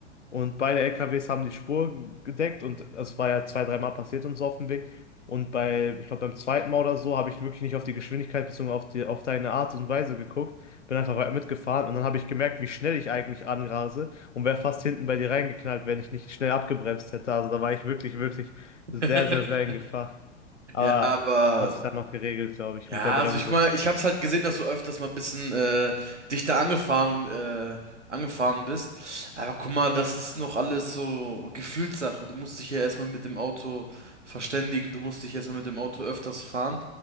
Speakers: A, on the left; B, on the right.
A: und beide LKWs haben die Spur gedeckt und es war ja zwei, dreimal passiert und so auf dem Weg. Und bei, ich glaube, beim zweiten Mal oder so habe ich wirklich nicht auf die Geschwindigkeit bezogen auf die, auf deine Art und Weise geguckt, bin einfach weiter mitgefahren und dann habe ich gemerkt, wie schnell ich eigentlich anrase und wäre fast hinten bei dir reingeknallt, wenn ich nicht schnell abgebremst hätte. Also da war ich wirklich, wirklich
B: <laughs>
A: sehr, sehr, sehr in Gefahr. Aber
B: Ja, aber
A: hat sich dann noch geregelt, glaube ich,
B: Ja,
A: mit der Bremse.
B: also ich guck mal, ich hab's halt gesehen, dass du öfters mal ein bisschen äh, dichter angefahren, äh, angefahren bist. Aber guck mal, das ist noch alles so Gefühlssache. Du musst dich ja erstmal mit dem Auto verständigen, du musst dich erstmal mit dem Auto öfters fahren,